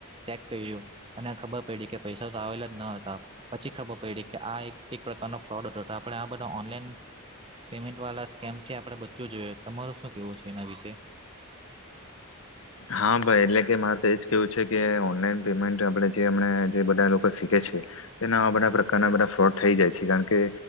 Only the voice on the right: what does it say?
ચેક કયરુ અને ખબર પડી કે પૈસા તો આવેલા જ ન હતા પછી ખબર પડી કે આ એક એક પ્રકારનો ફ્રોડ હતો. તો આપણે આ બધા ઓનલાઈન પેમેન્ટવાળા સ્કેમથી આપણે બચવું જોઈએ. તમારુ શું કેવુ છે એના વિશે?